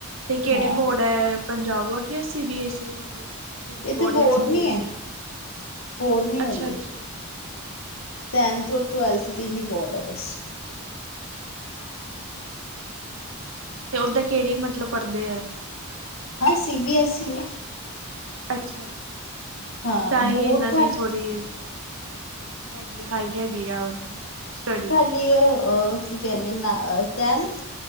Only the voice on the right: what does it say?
ਤੇ ਕਿਹੜੇ
ਬੋਰਡ ਹੈ ਪੰਜਾਬ ਬੋਰਡ ਜਾ ਸੀ ਬੀ ਐੱਸ ਈ ਮਤਲਬ ਦਿੱਲੀ
ਬੋੜਆ
ਸੀ ਬੀ
ਆਈ
ਸੀ,
ਅੱਛਾ-ਅੱਛਾ।
ਅੱਛਾ-ਅੱਛਾ ਤੇ ਉੱਦਾਂ ਕਿਹੜੀ ਮਤਲਬ ਪਰੜਦੇ ਹੈ ਇਹ?
ਅੱਛਾ-ਅੱਛਾ
ਤਾਂ ਹੀ
ਇਹਨਾ ਦੀ
ਥੋੜ੍ਹੀ ਹੈਗੀ ਹਾਈ ਹੈਗੀ ਆ ਸਟਡੀ।